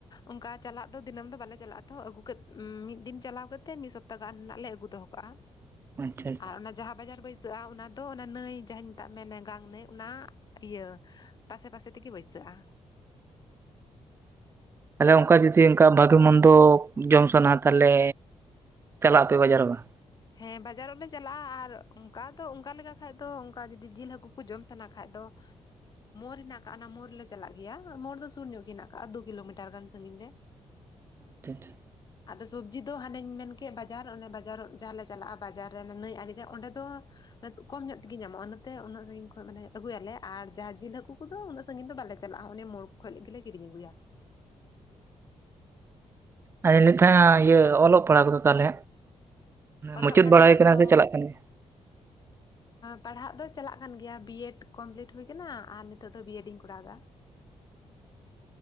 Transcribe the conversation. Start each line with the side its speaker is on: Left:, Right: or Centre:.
Left: ᱚᱱᱠᱟ ᱪᱟᱞᱟᱜ ᱫᱚ ᱫᱤᱱᱟᱹᱢ ᱫᱚ ᱵᱟᱞᱮ ᱪᱟᱞᱟᱜᱼᱟ, ᱛᱚ ᱟᱜᱩ ᱢᱤᱫ ᱫᱤᱱ ᱪᱟᱞᱟᱣ ᱠᱟᱛᱮ ᱢᱤᱫ ᱥᱚᱯ ᱥᱟᱯᱛᱟ ᱜᱟᱱ ᱨᱮᱱᱟᱜ ᱞᱮ ᱟᱹᱜᱩ ᱫᱚᱦᱚ ᱠᱟᱜᱼᱟ᱾
Right: ᱟᱪᱪᱷᱟ ᱟᱪᱪᱷᱟ
Left: ᱟᱨ ᱚᱱᱟ ᱡᱟᱦᱟᱸ ᱵᱟᱡᱟᱨ ᱨᱮ ᱵᱟᱹᱭᱥᱟᱹᱜᱼᱟ ᱚᱱᱟ ᱫᱚ ᱚᱱᱟ ᱱᱟᱹᱭ ᱡᱟᱦᱟᱸᱧ ᱢᱮᱛᱟᱜᱼᱟ ᱢᱮ ᱜᱟᱝ ᱱᱟᱹᱭ ᱚᱱᱟ᱾ ᱤᱭᱟᱹ ᱯᱟᱥᱮ ᱯᱟᱥᱮ ᱛᱮᱜᱮ ᱵᱟᱹᱭᱥᱟᱹᱜᱼᱟ᱾
Right: ᱛᱟᱦᱚᱞᱮ ᱚᱱᱠᱟ ᱡᱩᱚᱫᱤ ᱚᱱᱠᱟ ᱵᱷᱟᱜᱤ ᱢᱚᱱᱫᱚ ᱡᱚᱢ ᱥᱟᱱᱟ ᱛᱟᱦᱚᱞᱮ ᱪᱟᱞᱟᱜ ᱟᱯᱮ ᱵᱟᱡᱟᱨ ᱵᱟᱝ?
Left: ᱦᱮᱸ ᱵᱟᱡᱟᱨᱚᱜ ᱞᱮ ᱪᱟᱞᱟᱜᱼᱟ ᱟᱨ ᱚᱱᱠᱟ ᱫᱚ ᱚᱱᱠᱟ ᱞᱮᱠᱟ ᱠᱷᱟᱱ ᱫᱚ ᱚᱱᱠᱟ ᱡᱩᱚᱫᱤ ᱡᱤᱞ ᱦᱟᱹᱠᱩ ᱠᱚ ᱡᱚᱢ ᱥᱟᱱᱟ ᱠᱷᱟᱡ ᱫᱚ ᱢᱳᱨ ᱦᱮᱱᱟᱜ ᱟᱠᱟᱫᱼᱟ ᱢᱳᱨ ᱨᱮᱞᱮ ᱪᱟᱞᱟᱜ ᱜᱮᱭᱟ ᱢᱳᱲ ᱫᱚ ᱥᱩᱨ ᱧᱚᱜ ᱜᱮ ᱦᱮᱱᱟᱜ ᱠᱟᱜᱼᱟ ᱫᱩ ᱠᱤᱞᱳᱢᱤᱴᱟᱨ ᱜᱟᱱ ᱥᱟᱺᱜᱤᱧ ᱨᱮ᱾
Right: <inaudible>
Left: ᱟᱫᱚ ᱥᱚᱵᱡᱤ ᱫᱚ ᱦᱟᱱᱮᱧ ᱢᱮᱱ ᱠᱮᱫ ᱵᱟᱡᱟᱨ ᱚᱱᱮ ᱵᱟᱡᱟᱨᱚᱜ ᱡᱟᱦᱟᱸᱞ ᱞᱮ ᱪᱟᱞᱟᱜᱼᱟ ᱵᱟᱡᱟᱨ ᱨᱮ ᱱᱟᱹᱭ ᱟᱲᱮᱨᱮ ᱚᱸᱰᱮ ᱫᱚ ᱠᱚᱢ ᱧᱚᱜ ᱛᱮᱜᱮ ᱧᱟᱢᱚᱜᱼᱟ ᱚᱱᱟᱛᱮ ᱩᱱᱟᱹᱜ ᱥᱟᱺᱜᱤᱧ ᱠᱷᱚᱱ ᱢᱟᱱᱮ ᱟᱹᱜᱩᱭᱟᱞᱮ ᱟᱨ ᱡᱟᱦᱟᱸ ᱡᱤᱞ ᱦᱟᱹᱠᱩ ᱠᱚᱫᱚ ᱩᱱᱟᱹᱜ ᱥᱟᱺᱜᱤᱧ ᱫᱚᱞᱮ ᱪᱟᱞᱟᱜᱼᱟ ᱚᱱ ᱢᱳᱲ ᱠᱷᱚᱱ ᱞᱟᱹᱜᱤᱫ ᱜᱮᱞᱮ ᱠᱤᱨᱤᱧ ᱟᱹᱜᱩᱭᱟ᱾
Right: ᱟᱫᱚ ᱞᱟᱹᱭ ᱛᱟᱦᱮ ᱤᱭᱟᱹ ᱚᱞᱚᱜ ᱯᱟᱲᱦᱟᱣ ᱠᱚᱫᱚ ᱛᱟᱦᱚᱞᱮ
Left: ᱚᱞᱚᱜ
Right: ᱢᱩᱪᱟᱹᱫ
Left: ᱯᱟᱲᱦᱟᱣ
Right: ᱵᱟᱲᱟᱭ ᱠᱟᱱᱟ
Left: ᱫᱚ
Right: ᱥᱮ ᱪᱟᱞᱟᱜ ᱠᱟᱱ ᱜᱮᱭᱟ?
Left: ᱯᱟᱲᱦᱟᱜ ᱫᱚ ᱪᱟᱞᱟᱜ ᱠᱟᱱ ᱜᱮᱭᱟ ᱵᱤᱭᱮᱰ ᱠᱚᱢᱯᱞᱤᱴ ᱦᱩᱭ ᱟᱠᱟᱱᱟ ᱟᱨ ᱱᱤᱛᱚᱜ ᱫᱚ ᱵᱤᱭᱮᱰ ᱤᱧ ᱠᱚᱨᱟᱣᱫᱟ᱾